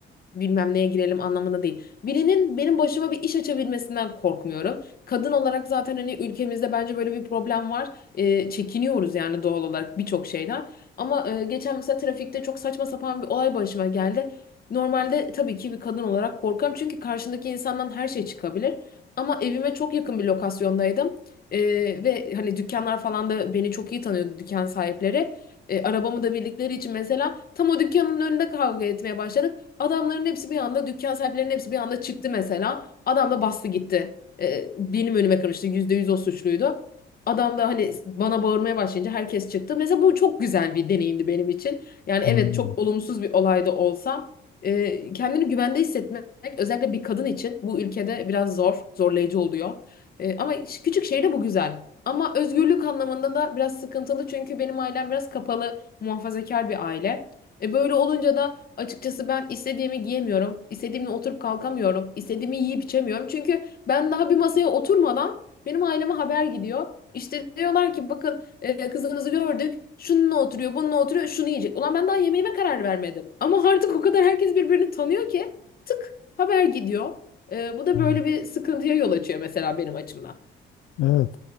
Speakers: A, on the left (about 50°); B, on the left (about 85°).
A: bilmem neye girelim anlamında değil. Birinin benim başıma bir iş açabilmesinden korkmuyorum. Kadın olarak zaten hani ülkemizde bence böyle bir problem var. E, çekiniyoruz yani doğal olarak birçok şeyden. Ama e, geçen mesela trafikte çok saçma sapan bir olay başıma geldi. Normalde tabii ki bir kadın olarak korkarım çünkü karşındaki insandan her şey çıkabilir. Ama evime çok yakın bir lokasyondaydım. Ee, ve hani dükkanlar falan da beni çok iyi tanıyordu dükkan sahipleri. Ee, arabamı da bildikleri için mesela tam o dükkanın önünde kavga etmeye başladık. Adamların hepsi bir anda dükkan sahiplerinin hepsi bir anda çıktı mesela. Adam da bastı gitti. Ee, benim önüme kırmıştı. Yüzde yüz o suçluydu. Adam da hani bana bağırmaya başlayınca herkes çıktı. Mesela bu çok güzel bir deneyimdi benim için. Yani
B: Hmm.
A: evet çok olumsuz bir olay da olsa e, kendini güvende hissetmek özellikle bir kadın için bu ülkede biraz zor, zorlayıcı oluyor. E, ama ş- küçük şehirde bu güzel. Ama özgürlük anlamında da biraz sıkıntılı çünkü benim ailem biraz kapalı, muhafazakar bir aile. E, böyle olunca da açıkçası ben istediğimi giyemiyorum, istediğimle oturup kalkamıyorum, istediğimi yiyip içemiyorum. Çünkü ben daha bir masaya oturmadan benim aileme haber gidiyor. İşte diyorlar ki bakın e, kızınızı gördük, şununla oturuyor, bununla oturuyor, şunu yiyecek. Ulan ben daha yemeğime karar vermedim. Ama artık o kadar herkes birbirini tanıyor ki tık haber gidiyor. Ee, bu da
B: hmm.
A: böyle bir sıkıntıya yol açıyor mesela benim açımdan.
B: Evet.